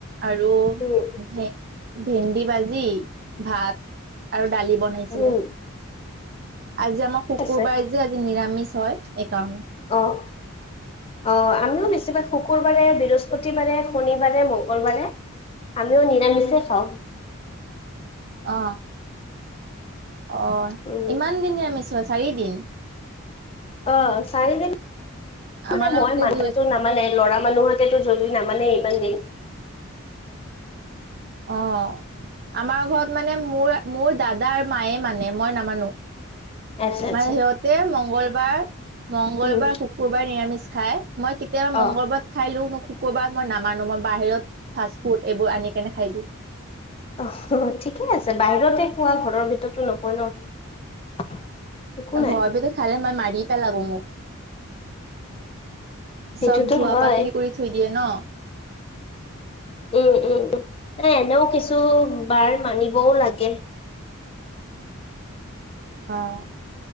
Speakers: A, on the right; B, on the left.
A: আৰু
B: উম
A: ভে- ভেন্দি ভাজি ভাত আৰু দালি বনাইছিলে।
B: উম
A: আজি আমাৰ
B: ঠিক
A: শুকুৰবাৰে
B: আছে
A: যে আজি নিৰামিষ হয় সেকাৰণে।
B: অহ। অহ আমিও বেছিভাগ শুকুৰবাৰে, বৃহস্পতিবাৰে, শনিবাৰে, মংগলবাৰে আমিও নিৰামিষেই খাওঁ।
A: অ অ
B: উম
A: ইমান দিনে মেছোৱা চাৰিদিন।
B: অ চাৰিদিন
A: আমালোকে
B: মানে মই মানো
A: দুই
B: সেজন নামানে লৰা মানুহৰ তেটো জৰুৰী নামানে ইমান দিন।
A: অঁহ, আমাৰ ঘৰত মানে মোৰ মোৰ দাদা আৰু মায়ে মানে মই নামানো।
B: আচ্ছা আচ্ছা
A: মানে সিহঁতে মংগলবাৰ, মংগলবাৰ
B: উম
A: শুকুৰবাৰ। নিৰামিষ খাই মই কেতিয়াবা মংগল
B: অ
A: বাৰ খাই লো নো ক'ৰবাত মই নামানো মই বাহিৰত ফাষ্ট ফুড এইবোৰ আনি কেনে খাই দিয়ো।
B: অহ ঠিকে আছে, বাহিৰতে খোৱা ঘৰৰ ভিতৰতো নোখোৱা ন। একো নাই
A: ঘৰৰ ভিতৰত খালে মাই মাৰি পেলাব মোক।
B: সেইটোতো
A: চব ধোৱা
B: হয়
A: পাকলি কৰি থৈ দিয়ে ন।
B: উম উম উম এ এনেও কিছু বাৰ মানিবও লাগে।
A: অঁহ।